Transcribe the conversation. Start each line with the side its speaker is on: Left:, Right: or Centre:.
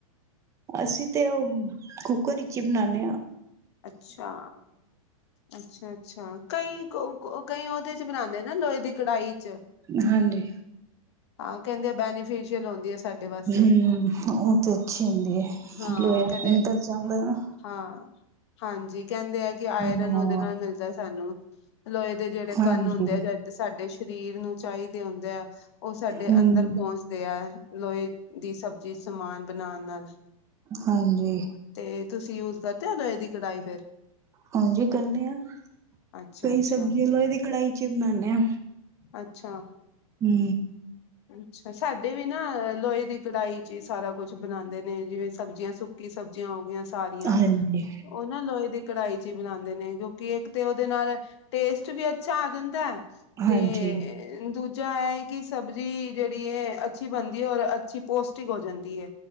Right: ਅਸੀ ਤੇ ਓ ਕੁੱਕਰ ਵਿੱਚ ਈ ਬਨਾਨੇਆ
Left: ਅੱਛਾ ਅੱਛਾ- ਅੱਛਾ ਕਈ ਕ ਕਈ ਓ ਉਦੇ 'ਚ ਬਣਾਉਂਦੇ ਨਾ ਲੋਹੇ ਦੀ ਕੜਾਈ 'ਚ।
Right: ਹਾਂਜੀ।
Left: ਹਾਂ ਕਹਿੰਦੇ ਆ ਬੈਨੀਫਿਸ਼ੀਅਲ ਹੁੰਦੀ ਹੈ? ਸਾਡੇ ਵਾਸਤੇ
Right: ਹੂੰ ਉਹ ਤੇ ਅੱਛੀ ਹੁੰਦੀ ਹੈ
Left: ਹਾਂ
Right: ਲੋਇਆ
Left: ਕਹਿੰਦੇ
Right: ਅੰਦਰ ਜਾਂਦਾ ਨਾ।
Left: ਹਾਂ। ਹਾਂਜੀ। ਕਹਿੰਦੇ ਆ ਕਿ ਆਇਰਨ
Right: ਹਾਂ
Left: ਉਹਦੇ ਨਾਲ ਮਿਲਦਾ ਸਾਨੂੰ ਲੋਹੇ ਦੇ ਜਿਹੜੇ
Right: ਹਾਂਜੀ
Left: ਕੰਨ ਹੁੰਦੇ ਆ ਜਦ ਸਾਡੇ ਸਰੀਰ। ਸਰੀਰ ਨੂੰ ਚਾਹੀਦੇ ਹੁੰਦੇ ਆ ਉਹ ਸਾਡੇ
Right: ਹਮ
Left: ਅੰਦਰ ਪਹੁੰਚਦੇ ਆ ਲੋਹੇ ਦੀ ਸਭ। ਜਿਸ ਸਮਾਨ ਬਣਾਉਣ ਨਾਲ।
Right: ਹਾਂਜੀ।
Left: ਤੇ ਤੁਸੀਂ ਯੂਜ ਕਰਦੇ ਹੋ ਲੋਹੇ ਦੀ ਕੜਾਹੀ ਫੇਰ?
Right: ਹਾਂਜੀ ਕਰਦੇ ਆ
Left: ਅੱਛਾ
Right: ਕਈ
Left: ਅੱਛਾ
Right: ਸਬਜ਼ੀ ਲੋਹੇ ਦੀ ਕੜਾਹੀ 'ਚ ਬਣਾਦੇ ਆ।
Left: ਅੱਛਾ।
Right: ਹੂੰ।
Left: ਅੱਛਾ ਸਾਡੇ ਵੀ ਨਾ ਲੋਹੇ ਦੀ ਕੜਾਈ ਚ' ਸਾਰਾ ਕੁਛ ਬਣਾਉਂਦੇ ਨੇ ਜਿਵੇਂ ਸਬਜ਼ੀਆਂ, ਸੁੱਕੀ ਸਬਜ਼ੀਆਂ ਹੋ ਗਈਆਂ ਹੈ। ਸਾਰੀਆਂ
Right: ਹਾਂਜੀ
Left: ਉਹਨਾਂ ਲੋਹੇ ਦੀ। ਕੜਾਹੀ 'ਚ ਹੀ ਬਣਾਉਂਦੇ ਨੇ ਕਿਉਂਕਿ ਇੱਕ ਤੇ ਉਹਦੇ ਨਾਲ ਟੇਸਟ ਵੀ ਅੱਛਾ ਆ ਜਾਂਦਾ ਹੈ।
Right: ਹਾਂਜੀ
Left: ਤੇ ਦੂਜਾ ਹੈ? ਕਿ ਸਬਜ਼ੀ ਜਿਹੜੀ ਅੱਛੀ ਬਣਦੀ ਹੈ ਔਰ ਅੱਛੀ ਪੋਸ਼ਟਿਕ ਹੋ ਜਾਂਦੀ ਹੈ।